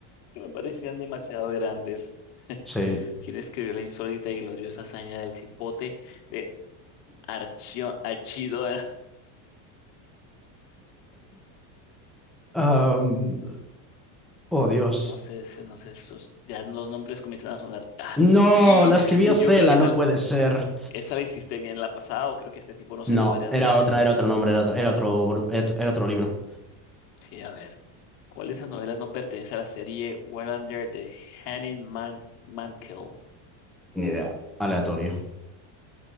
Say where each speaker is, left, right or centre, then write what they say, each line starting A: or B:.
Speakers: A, on the left (about 75°); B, in the centre.
A: me parecían demasiado grandes.
B: Sí.
A: ¿Quién escribió la insólita y gloriosa hazaña del cipote de Archio, Archidona?
B: Am, oh, Dios.
A: No sé, ese- no sé, esos, ya los nombres comienzan a sonar así.
B: No, la escribió
A: Y
B: Cela,
A: yo creo que
B: no
A: esa,
B: puede ser.
A: esa la hiciste bien la pasada, o creo que este tipo nos
B: No,
A: salió varias
B: era
A: veces.
B: otra, era otro nombre, era otro, era otro, bru- era otro libro.
A: Sí, a ver. ¿Cuál de esas novelas no pertenece a la serie Wallander de Henning Man Mankell?
B: Ni idea. Aleatorio.